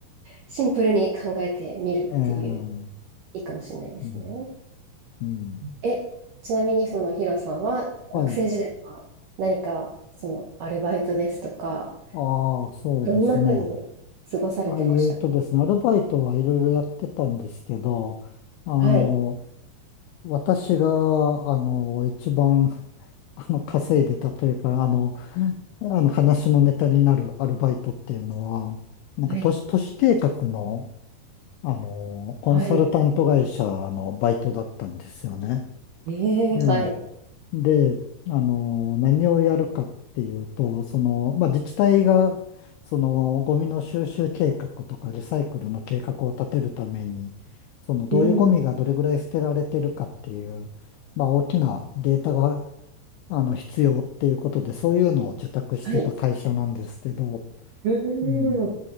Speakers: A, on the right; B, on the left.
A: シンプルに考えてみるっていう、
B: えー、
A: いいかもしれないですね。
B: うん、うん。
A: え、ちなみにそのヒロさんは、
B: はい。
A: 学生時代は何か、そのアルバイトですとか、
B: ああ、そうですね。
A: どんなふうに過ごされてましたか
B: あ、えーとですね、アルバイトはいろいろやってたんですけど、あの、
A: はい。
B: 私が、あの、一番、<laughs> あの、稼いでたというか、あの、あの話のネタになるアルバイトっていうのは、なんか都市、
A: はい。
B: 都市計画のあの、コンサルタント会社のバイトだったんですよね。
A: はい。ええはい。
B: うん。で、あの、何をやるかっていうと、その、まあ、自治体が、その、ゴミの収集計画とかリサイクルの計画を立てるために、その、どういうゴミがどれぐらい捨てられてるかっていう、
A: うん。
B: まあ、大きなデータが、あの、必要っていうことで、そういうのを受託してた会社なんですけど、
A: はい。う
B: うん。
A: ん。